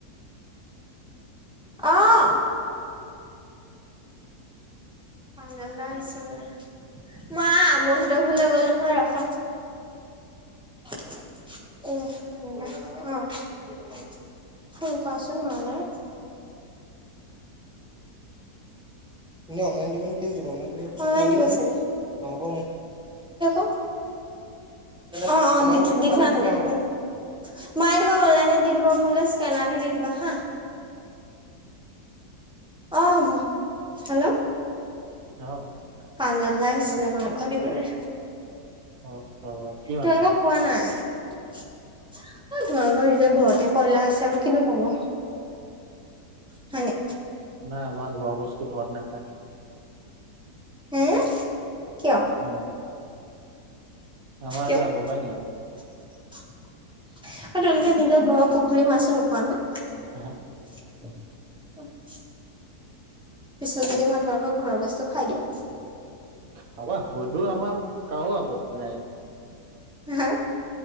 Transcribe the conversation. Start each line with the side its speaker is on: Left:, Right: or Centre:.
Centre: অ'। পাঞ্জল দা আহিছে বোলে, মা আমৌহঁতৰ ঘৰলে গ'ল নহয় ৰখা। <unintelligible> ফোন কৰাচোন মা লে। এনেই অনলাইন দিব নে কেছ দিব? নলাইন দিলে মোক আ <unintelligible> অ অুৱ <unintelligible> মায়ে তোমাক অনলাইনত দি দিব মোলৈ স্কেনাৰটো দি দিবা হা। অ', হ'ব। হেল্ল'?
Right: অ'।
Centre: পাঞ্জলদা আহিছিলে মাংস দিবলৈ।
Right: অ'। অ কি মাংস
Centre: তোমালোকক কোৱা নাই, তোমলোকৰ নিজৰ ঘৰতে কয়লা আছে আৰু কিনো ক'ব। হয় নে?
Right: নাই আমাৰ ঘৰৰ বস্ত ঘৰত নাখায়।
Centre: হে, কিয়?
Right: উম। আমাৰ
Centre: কিয়
Right: সেইটো আগৰ পাই নিয়ম।
Centre: আৰু তোমালোকে নিজৰ ঘৰৰ পুখুৰী মাছো নোখোৱা ন'?
Right: অহ
Centre: <inaudible> পিছত যদি মই তোমালোকৰ ঘৰৰ বস্তু খাই দিওঁ?
Right: খাবা হয়তো আমাৰ কাৰো আপত্তি নাই।
Centre: <unintelligible>